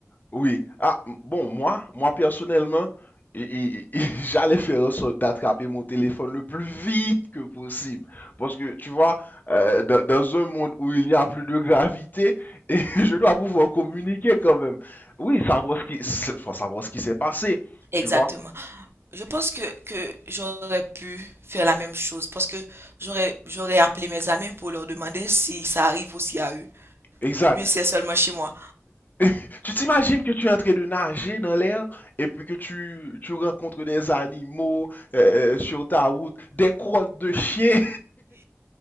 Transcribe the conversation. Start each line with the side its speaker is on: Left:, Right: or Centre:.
Left: Oui. Ah, m- bon, moi, moi personnellement, et- et- et <laughs> j'allais faire en sorte d'attraper mon téléphone le plus vite que possible. Parce que, tu vois, euh, dans, dans un monde où il n'y a plus de gravité, <laughs> et je dois pouvoir communiquer quand même. Oui, savoir ce qui, s- enfin, savoir ce qui s'est passé,
Right: Exactement.
Left: tu vois.
Right: Je pense que, que j'aurais pu faire la même chose parce que j'aurais, j'aurais appelé mes amis pour leur demander si ça arrive aussi à eux
Left: Exact.
Right: ou bien si c'est seulement chez moi.
Left: <laughs> Tu t'imagines que tu es en train de nager dans l'air et puis que tu, tu rencontres des animaux euh, euh, sur ta route, des crottes de chiens.